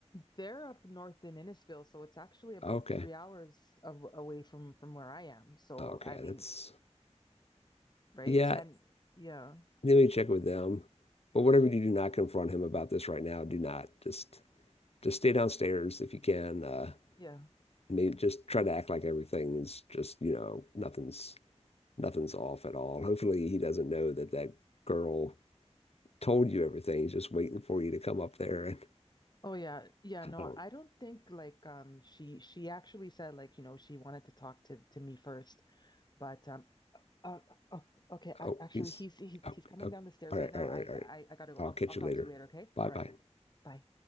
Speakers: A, on the left (about 40°); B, on the left (about 60°).
A: they're up north in Innisfil, so it's actually about
B: Okay.
A: 3 hours of, away from from where I am. So
B: Okay.
A: I mean,
B: That's
A: right?
B: yeah,
A: And yeah.
B: let me check with them. But whatever you do, do not confront him about this right now. Do not. Just just stay downstairs if you can. Uh
A: Yeah.
B: maybe just try to act like everything's just, you know, nothing's nothing's off at all. Hopefully he doesn't know that that girl told you everything. He's just waiting for you to come up there and
A: Oh yeah, yeah,
B: I
A: no,
B: don't
A: I don't think like um she she actually said like you know she wanted to talk to to me first, but um uh, uh, okay, ac-
B: oh
A: actually
B: he's
A: he's he's
B: oh,
A: he's coming
B: oh
A: down the stairs
B: all right,
A: right now.
B: all right,
A: I
B: all right, all right.
A: I I gotta go.
B: I'll
A: I'll
B: catch
A: I'll talk
B: you later.
A: to you later, okay?
B: Bye
A: All
B: bye.
A: right. Bye.